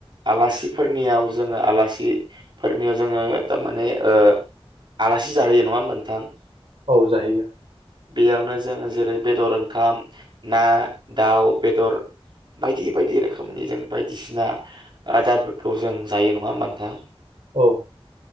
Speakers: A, on the right (about 50°); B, on the right (about 85°).
A: आलासिफोरनियाव जोङो आलासि फोरनियाव जोङो टारमाने ओ आलासि जाहैयो नङा होम्बा नोंथां?
B: औ जाहियो।
A: बेयावनो जों जेरै बेदर ओंखाम ना दाउ बेदर बायदि बायदि रोखोमनि जों बायदिसिना आदारफोरखौ जों जायो नङा होम्बा नोंथां?
B: औ